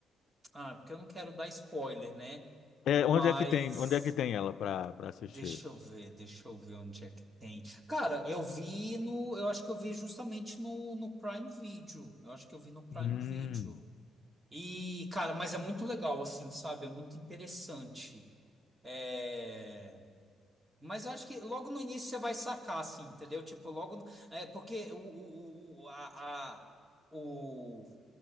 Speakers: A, on the right; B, on the left.
A: ah, porque eu não quero dar spoiler, né?
B: É,
A: Mas.
B: onde é que tem, onde é que tem ela para para assistir?
A: Deixa eu ver, deixa eu ver onde é que tem. Cara, eu vi no, eu acho que eu vi justamente no, no Prime Video. Eu acho que eu vi no Prime
B: Hum,
A: Video. E, cara, mas é muito legal, assim, sabe? É muito interessante. É... Mas eu acho que logo no início você vai sacar, assim, entendeu? Tipo, logo. no- É, porque o, o, o, a, a- o-